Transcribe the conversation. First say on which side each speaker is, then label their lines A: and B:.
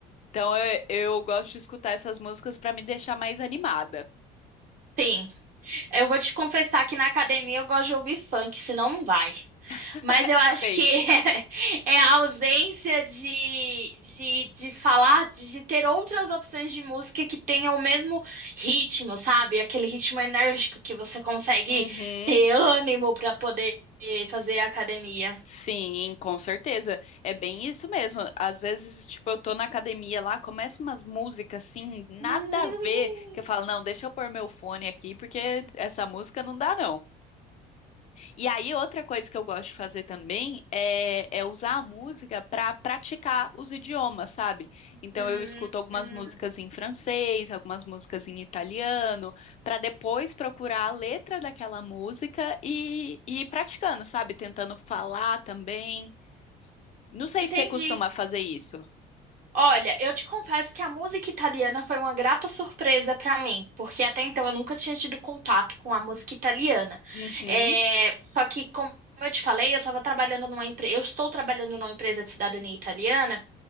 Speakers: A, on the left; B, on the right.
A: Então eu, eu gosto de escutar essas músicas pra me deixar mais animada.
B: Sim, eu vou te confessar que na academia eu gosto de ouvir funk, senão não vai.
A: <laughs>
B: Mas eu acho
A: Sei.
B: que <laughs> é, a ausência de, de, de falar, de, de ter outras opções de música que tenham o mesmo ritmo, sabe? Aquele ritmo enérgico que você consegue
A: Uhum.
B: ter ânimo para poder fazer academia.
A: Sim, com certeza. É bem isso mesmo. Às vezes, tipo, eu tô na academia lá, começa umas músicas assim, nada
B: <laughs>
A: a ver, que eu falo, não, deixa eu pôr meu fone aqui, porque essa música não dá, não. E aí, outra coisa que eu gosto de fazer também é, é usar a música para praticar os idiomas, sabe? Então,
B: Hum,
A: eu escuto algumas
B: hum, hum.
A: músicas em francês, algumas músicas em italiano, para depois procurar a letra daquela música e, e ir praticando, sabe? Tentando falar também. Não sei
B: Entendi.
A: se você costuma fazer isso.
B: Olha, eu te confesso que a música italiana foi uma grata surpresa para mim, porque até então eu nunca tinha tido contato com a música italiana.
A: Uhum,
B: É, só que, como eu te falei, eu estava trabalhando numa empresa, eu estou trabalhando numa empresa de cidadania italiana,